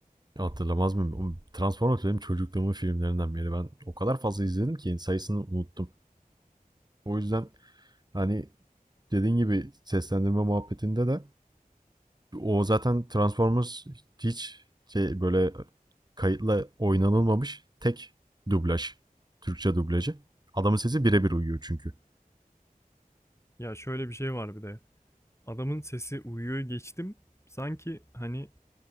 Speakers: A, on the right; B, on the left.
A: Hatırlamaz mıyım? Oğlum, Transformers benim çocukluğumun filmlerinden biri. Ben o kadar fazla izledim ki sayısını unuttum. O yüzden hani dediğin gibi seslendirme muhabbetinde de o zaten Transformers hiç şey böyle kayıtla oynanılmamış tek dublaj. Türkçe dublajı. Adamın sesi birebir uyuyor çünkü.
B: Ya şöyle bir şey var bir de. Adamın sesi uyuyor geçtim. Sanki hani